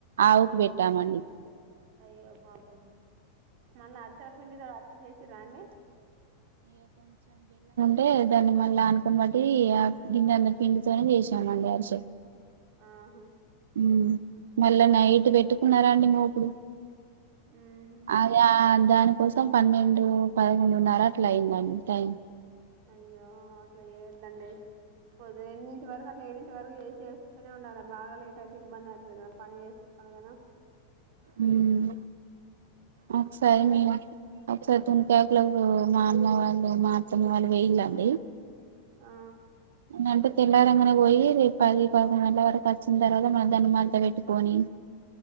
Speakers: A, on the right (about 60°); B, on the right (about 45°).
A: ఆవుకు బెట్టామండి
B: అయ్యో పాపం మళ్ళ అరిసల పిండితో అరిసలు చేసిర్రా అండి
A: టే దాన్ని మళ్ళ ఆనకం బట్టి ఆ గిన్నన్ని పిండితోనే చేసామండి అరిసల్
B: ఆహా
A: ఉమ్ మళ్ళ నైట్ పెట్టుకున్నారండి మోపుడు
B: ఉహు
A: అదా దాని కోసం పన్నెండు పదకొండున్నర అట్లా అయిందండి టైం
B: అయ్యో అట్ల చేయొద్దండి కుదిరినంత వరకు ఏడింటి వరకు చేసేస్తనే ఉండాలి బాగా లేట్ అయితే ఇబ్బంది అవుతుంది కదా పని చేసుకోవాలి కదా
A: ఉమ్ ఒకసారి
B: అదే
A: మీ ఒకసారి తుంటా లకు మా అమ్మ వాళ్ళు మా అత్తమ్మ వాళ్ళు వేయలండి
B: ఆ
A: నంటే తెల్లారంగానే పోయి పది పదకొండు గంటల వరకు ఒచ్చిన తర్వాత మధ్యానం మంట పెట్టుకోని